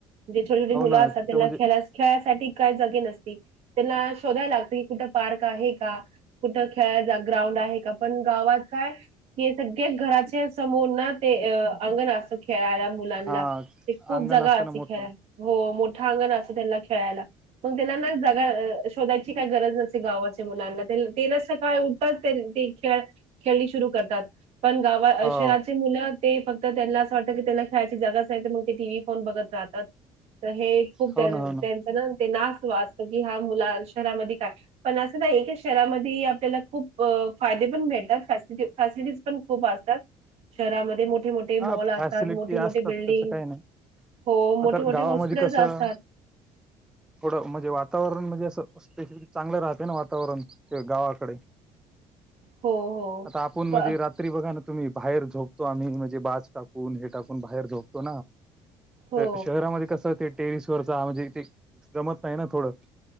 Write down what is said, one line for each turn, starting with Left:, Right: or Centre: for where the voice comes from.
Right: जे छोटी छोट
Centre: हो
Right: मुलं
Centre: ना
Right: असतात
Centre: तिथं
Right: त्यांना
Centre: म्हणजे
Right: खेळास खेळायसाठी काय जागे नसती. त्यांना शोधायला लागतं की कुठं पार्क आहे का कुठं खेळाय ग्राउंड आहे का पण गावात काय हे सगळे घराच्या समोर ना ते अंगण अस खेळायला मुलांला
Centre: हा
Right: ते खूप
Centre: अंगण
Right: जागा
Centre: असतं
Right: असती
Centre: ना मोठं.
Right: खेळाय हो मोठं अंगण असतं त्यांना खेळायला पण त्यांना ना जगा शोधायची काय गरज नसते गावाच्या मुलांना तेन्ला ते न सकाळी ऊ तेन ते खेळ खेळणी शुरू करतात पण गावा
Centre: हो
Right: शहराची मुलं ते फक्त त्यांला असं वाटतं की त्यांला खेळायची जगाच आहे तर मग ते टीव्ही फोन बघत राहतात. हे खूप
Centre: हो
Right: त्यानं
Centre: ना हो
Right: त्यांचं ना नास वा असतो की हा मुलां शहरामध्ये काय पण असं नाही की एकच शहरामध्ये आपल्याला खूप फायदे पण भेटतात फॅसिलिटी फॅसिलिटीज पण खूप असतात शहरामध्ये मोठ मोठे मोठे
Centre: हा
Right: मॉल
Centre: फॅसिलिटी
Right: असतात मोठे मोठे
Centre: असतात
Right: बिल्डिंग
Centre: त्याचं काही नाही.
Right: हो मोठे
Centre: म तर
Right: मोठे
Centre: गावामध्ये
Right: हॉस्पिटल्स
Centre: कसं
Right: असतात.
Centre: थोडं म्हणजे वातावरण म्हणजे असं स्पेसिफिक चांगलं राहते ना वातावरण गावाकडे
Right: हो हो
Centre: आता आपण म्हणजे
Right: प-
Centre: रात्री बघा ना तुम्ही बाहेर झोपतो आम्ही म्हणजे बाच टाकून हे टाकून बाहेर झोपतो
Right: हो
Centre: शहरामध्ये कस ते टेरिस वरचा म्हणजे ते जमत नाही ना थोडं